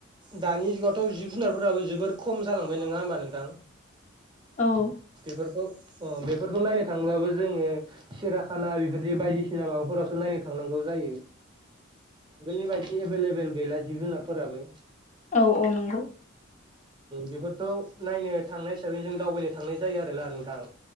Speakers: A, on the right; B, on the left.
A: दानि जुगावथ' जिब जुनारफोराबो जोबोर खम जालांबाय नङा होमबा नोंथां
B: औ
A: बेफोरखौ बेफोरखौ नायनो थांबाबो जोङो सिराखाना बेफोरदि बायदिसिना माबाफोरावसो नायनो थांनांगौ जायो आगोलनि बायदि एभेलेबेल गैला जिब जुनारफोराबो
B: औ औ नंगौ
A: बेफोरखौ नायनो थांनाय हिसाबै जों दावबायनो थांनाय जायो आरो ना नोंथां